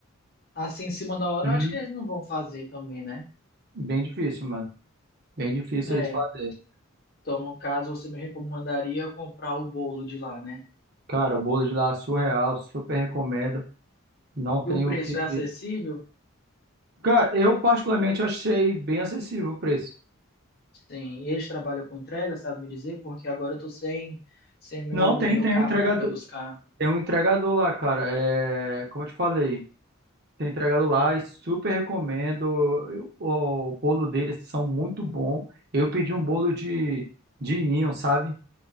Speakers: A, on the left; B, on the right.
A: assim, em cima da hora,
B: Uhum.
A: eu acho que eles não vão fazer também, né?
B: Bem difícil, mano. Bem difícil
A: É.
B: eles fazerem.
A: Então, no caso, você me recomendaria eu comprar o bolo de lá, né?
B: Cara, o bolo de lá é surreal, super recomendo. Não tem
A: E o preço
B: o que.
A: é acessível?
B: Cara, eu particularmente achei bem acessível o preço.
A: Sim, e eles trabalham com entrega, sabe me dizer? Porque agora eu tô sem, sem meu,
B: Não, tem,
A: meu
B: tem
A: carro
B: o entregador.
A: aqui para buscar.
B: Tem um entregador lá, cara. É, como eu te falei, tem entregador lá e super recomendo. Eu- O bolo deles são muito bom. Eu pedi um bolo de, de ninho, sabe?